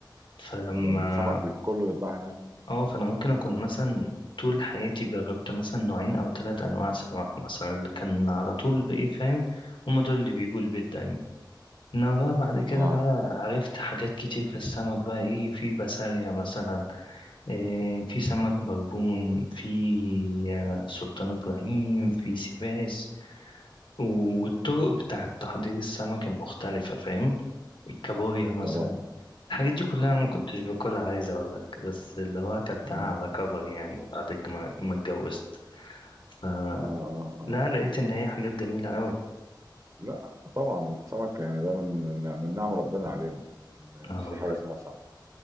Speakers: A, on the left; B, on the right.
A: فلما
B: ده السمك بي- كله بيتباع هناك
A: اه فأنا ممكن أكون مثلا طول حياتي جربت مثلا نوعين أو ثلاث أنواع سمك مثلا اللي كان على طول بإيه فاهم هما دول اللي بيجوا البيت دايما انما بقى بعد كده
B: اه
A: بقى عرفت حاجات كتير في السمك بقى ايه في بسارية مثلا إيه في سمك بربون في آه، سلطان ابراهيم في سيباس والطرق بتاعة تحضير السمك المختلفة فاهم الكابوريا مثلا
B: طبعا
A: الحاجات دي كلها أنا ما كنتش
B: مم.
A: باكلها عايز أقول لك بس اللي هو أكلتها
B: مم.
A: على كبر يعني بعد الج- ما ما اتجوزت فلا
B: اه اه آه.
A: لقيت إن هي حاجات جميلة أوي
B: لا طبعا السمك يعني ده من من نعم ربنا علينا إن
A: اه
B: في
A: والله
B: حاجه اسمها سمك